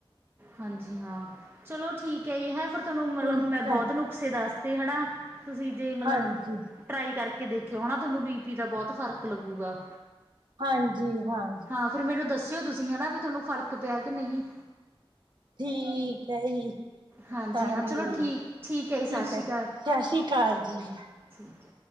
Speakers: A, on the right; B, on the right.
A: ਹਾਂਜੀ ਹਾਂ ਚਲੋ ਠੀਕ ਐ ਹੈਂ ਫਿਰ ਤੈਨੂੰ
B: ਠੀਕ
A: ਮਤਲਬ ਮੈਂ
B: ਹੈ,
A: ਬੋਤ ਨੂੰ ਉਸੇ ਰਸਤੇ ਹੈੜਾ, ਤੁਸੀਂ ਜੇ ਮਤਲਬ
B: ਹਾਂਜੀ,
A: ਟਰਾਈ ਕਰਕੇ ਦੇਖਿਓ ਹਣਾ ਤਾਨੂੰ ਬੀ-ਪੀ ਦਾ ਬੋਤ ਫ਼ਰਕ ਲੱਗੂਗਾ।
B: ਹਾਂਜੀ ਹਾਂ।
A: ਹਾਂ ਫੇਰ ਮੈਨੂੰ ਦੱਸਿਓ ਤੁਸੀਂ ਹਨਾ ਵੀ ਤਾਨੂੰ ਫ਼ਰਕ ਪਿਆ ਕਿ ਨਈ।
B: ਠੀਕ ਹੈ ਜੀ। ਦੱਸਾਂਗੀ,
A: ਹਾਂਜੀ ਹਾਂ ਚਲੋ ਠੀਕ ਜੀ ਸਤਿ
B: ਠੀਕ
A: ਸ਼੍ਰੀ
B: ਹੈ
A: ਅਕਾਲ
B: ਸਸ ਸ੍ਰੀ ਕਾਲ ਜੀ।
A: ਠੀਕ ਐ।